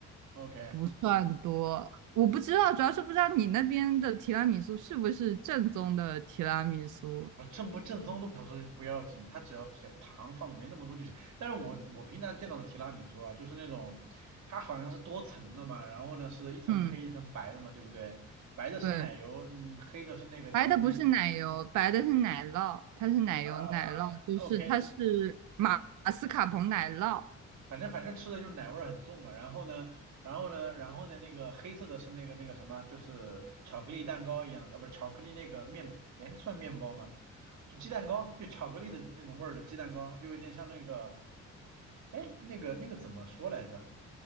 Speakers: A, on the right (about 65°); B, on the right (about 80°).
A: ？OK，
B: 不算多，我不知道，主要是不知道你那边的提拉米苏是不是正宗的提拉米苏。
A: 我正不正宗都不是不要紧，它只要甜糖放的没那么多就行。但是我我平常见到的提拉米苏啊，就是那种它好像是多层的嘛，然后呢是一层黑一层白的嘛，
B: 嗯，
A: 对不对？白的是奶油，
B: 对，
A: 嗯，黑的是那个巧克力，
B: 白的不是奶油，白的是奶酪，它是奶油奶酪，
A: 啊、
B: 就是它是马马斯卡彭奶酪。
A: o k 反正反正吃的就是奶味儿很重嘛。然后呢，然后呢，然后呢，那个黑色的是那个那个什么，就是巧克力蛋糕一样的，呃，不是巧克力那个面，哎，算面包吗？就鸡蛋糕，就巧克力的那种味儿的鸡蛋糕，就有点像那个，哎，那个那个怎么说来着？